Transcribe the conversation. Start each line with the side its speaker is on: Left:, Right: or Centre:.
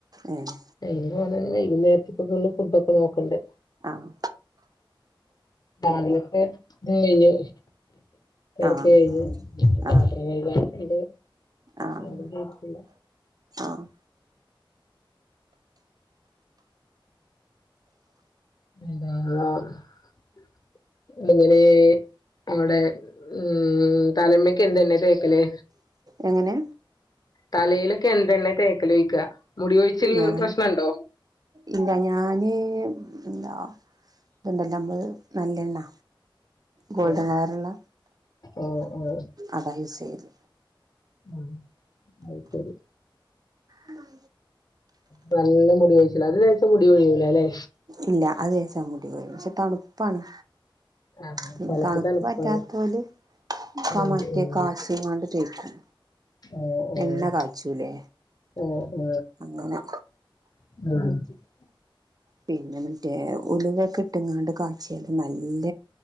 Right: ആഹ്
Left: <unintelligible> വൈകുന്നേരത്തക്കള് ഫുഡൊക്ക നോക്കണ്ട്
Right: ആഹ്
Left: രാവിലൊക്കെ കഴിഞ്ഞ് തിരക്ക്
Right: ആഹ്
Left: കഴിഞ്ഞ് പാത്രം
Right: ആഹ്
Left: കഴുകാനുണ്ട്
Right: ആഹ്
Left: അത് ചെയ്തിട്ടില്ല
Right: ആഹ്
Left: <unintelligible> ഇങ്ങനെ അവിടെ ഉ ഉം തലമ്മക്ക് എന്തെന്നെ തേക്കലേ
Right: എങ്ങനെ
Left: തലയിലൊക്കെ എന്തെണ്ണ തേക്കല് ചോയ്ക്കുക മുടി കൊഴിച്ചിൽ
Right: ഞാൻ
Left: പ്രശ്നുണ്ടോ
Right: ഇല്ല ഞാന് എന്താ ഇതുണ്ടല്ല നമ്മള് നല്ലണ്ണ ഗോൾഡൻ
Left: ആഹ്
Right: കളറുള്ള
Left: ആഹ് ആഹ്
Right: അതാ യൂസ് ചെയ്ത്
Left: ആഹ് ശരി
Right: ഉം
Left: നല്ല മുടി ഒഴിച്ചില്ല അത് തേച്ച മുടി കൊ ഴിയൂല്ലേ അല്ലേ
Right: ഇല്ല അത് തേച്ചാ മുടി പക്ഷെ തണുപ്പാണ്
Left: ആഹ്
Right: പിന്നെ
Left: തലക്ക്
Right: തണുപ്പ്
Left: തണുപ്പാണ്
Right: പറ്റാത്തല്
Left: ഉം
Right: കമറ്റിയ
Left: ഉം
Right: കാശുംണ്ട് തേക്കും
Left: ആഹ് ആഹ്
Right: എണ്ണ കാച്ചൂലേ
Left: ആഹ്
Right: അങ്ങനെ
Left: ആഹ്
Right: പിന്നെ മറ്റേ ഉലുവൊക്കെ ഇട്ടങ്ങാണ്ട് കാച്ചിയാല് നല്ല